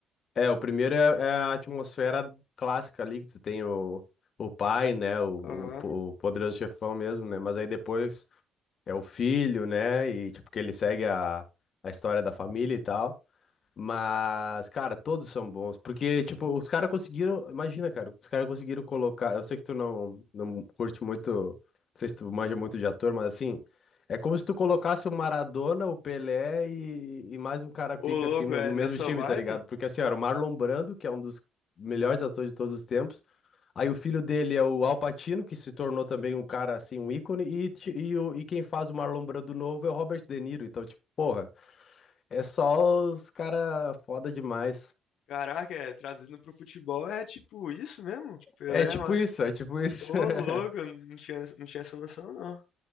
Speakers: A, on the left; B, on the left.
A: É, o primeiro é, é a atmosfera clássica ali, que tu tem o, o pai, né? O,
B: Aham.
A: o, o poderoso chefão mesmo, né? Mas aí depois é o filho, né? E tipo, que ele segue a, a história da família e tal. Mas, cara, todos são bons. Porque, tipo, os caras conseguiram. Imagina, cara, os caras conseguiram colocar. Eu sei que tu não, não curte muito. Não sei se tu manja muito de ator, mas assim. É como se tu colocasse o Maradona, o Pelé e, e mais um cara
B: Ô,
A: pica,
B: louco,
A: assim, no,
B: é
A: no
B: nessa
A: mesmo time,
B: vibe?
A: tá ligado? Porque, assim, era o Marlon Brando, que é um dos melhores atores de todos os tempos. Aí o filho dele é o Al Pacino, que se tornou também um cara, assim, um ícone. E, ti- e, o- e quem faz o Marlon Brando novo é o Robert De Niro. Então, tipo, porra. É só os cara foda demais.
B: Caraca, é, traduzindo pro futebol é tipo isso mesmo? Pelé,
A: É tipo
B: mano.
A: isso, é tipo isso.
B: Ô,
A: <laughs>
B: louco, eu não tinha, não tinha essa noção, não.